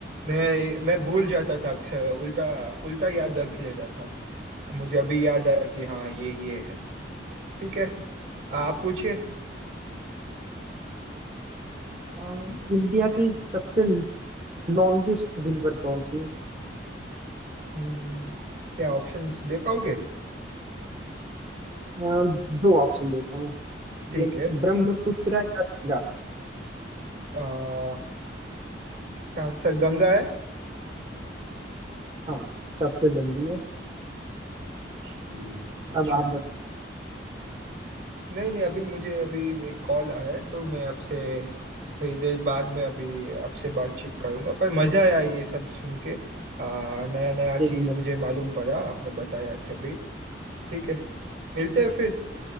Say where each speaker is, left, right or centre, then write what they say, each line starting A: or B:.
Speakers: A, on the right; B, on the right.
A: मैं मैं भूल जाता था अक्सर उल्टा उल्टा याद रख लेता था मुझे अभी याद आया कि हाँ ये ये है ठीक है आप पूछिए
B: अ, इंडिया की सबसे लॉन्गेस्ट रिवर कौन सी है
A: हम्म, क्या ऑप्शंस दे पाओगे
B: अ, दो ऑप्शन देता हूँ
A: ठीक
B: ये
A: है
B: ब्रह्मपुत्र या गंगा
A: आ, इसका आंसर गंगा है
B: हाँ सबसे लंबी है
A: ठीक, अच्छा
B: अब आप
A: है
B: बत-
A: नहीं नहीं अभी मुझे अभी एक कॉल आया है तो मैं आपसे थोड़ी देर बाद में अभी आपसे बातचीत करूंगा पर मजा आया ये सब सुन के आ, नया नया
B: मुझे
A: चीज
B: भी मत
A: मुझे मालूम पड़ा आपने बताया था ठीक है मिलते हैं फिर